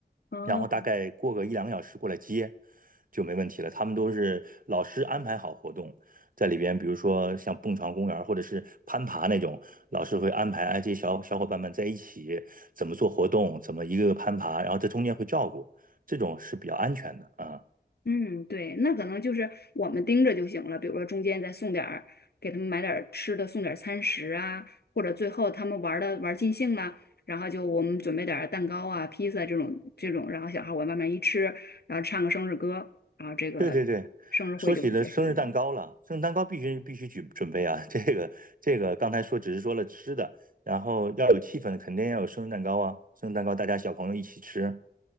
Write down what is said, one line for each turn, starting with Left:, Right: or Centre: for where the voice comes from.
Left: 哦
Right: 然后大概过个一两个小时过来接就没问题了。他们都是老师安排好活动，在里边，比如说像蹦床公园儿或者是攀爬那种，老师会安排哎这些小小伙伴们在一起怎么做活动，怎么一个个攀爬，然后在中间会照顾，这种是比较安全的啊。
Left: 嗯，对，那可能就是我们盯着就行了，比如说中间再送点儿，给他们买点儿吃的，送点儿餐食啊，或者最后他们玩的玩尽兴了，然后就我们准备点儿蛋糕啊、披萨这种这种，然后小孩往外面一吃，然后唱个生日歌，然后这个
Right: 对对对，
Left: 生日会就不结束了。
Right: 说起了生日蛋糕了，生日蛋糕必须必须准准备啊。<laughs> 这个这个刚才说只是说了吃的，然后要有气氛，肯定要有生日蛋糕啊。生日蛋糕大家小朋友一起吃，